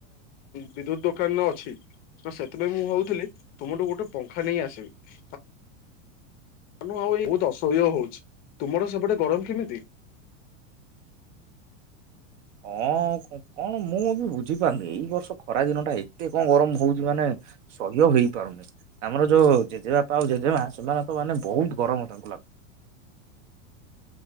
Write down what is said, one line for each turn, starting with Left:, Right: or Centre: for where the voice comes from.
Left: ବିଦ୍ୟୁତ ଦୋକାନରେ ଅଛି। ତ ସେଥିପାଇଁ ମୁଁ ଭାବୁଥିଲି, ତୁମଠୁ ଗୋଟେ ପଙ୍ଖା ନେଇ ଆସିବି। <unintelligible> ବହୁତ ଅସହ୍ୟ ହଉଛି ତୁମର ସେପଟେ ଗରମ କେମିତି?
Right: ହଁ କ କଣ ମୁଁ ଆକୁ ବୁଝିପାରୁନି ଏଇ ବର୍ଷ ଖରା ଦିନ ଟା ଏତେ କଣ ଗରମ ହଉଛି ମାନେ ସହ୍ୟ ହେଇ ପାରୁନି ଆମର ଯୋଉ ଜେଜେବାପା ଆଉ ଜେଜେମା ସେମାନେ ତ ମାନେ ବହୁତ ଗରମ ତାଙ୍କୁ ଲାଗୁ